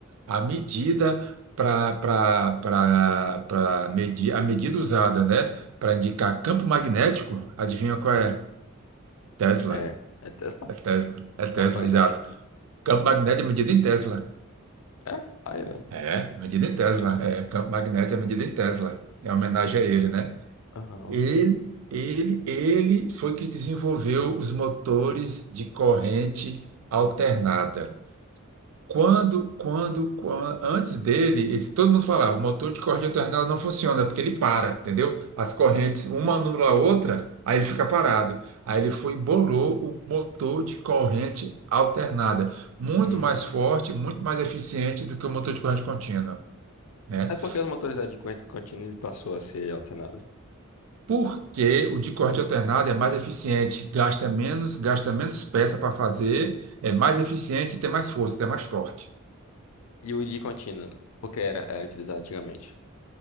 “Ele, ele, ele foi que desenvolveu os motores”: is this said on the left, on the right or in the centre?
Right